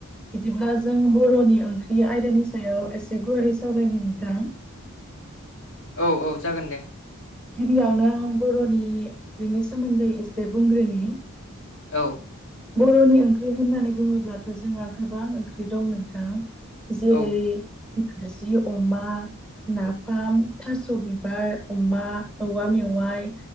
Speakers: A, in the centre; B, on the left.
A: बिदिब्ला जों बर'नि ओंख्रि आयदानि सायाव एसे गुवारै सावरायनो नोंथा
B: औ औ जागोन दे।
A: गिबियावनो आं बर'निनि सोमोन्दै एसे बुंग्रोनि
B: औ।
A: बर'नि ओंख्रि होननानै बुङोब्लाथ' जोंहा गोबां ओंख्रि दं नोंथां। जेरै
B: औ
A: नरजि अमा, नाफाम, थास' बिबार, अमा, औवा मेवाइ,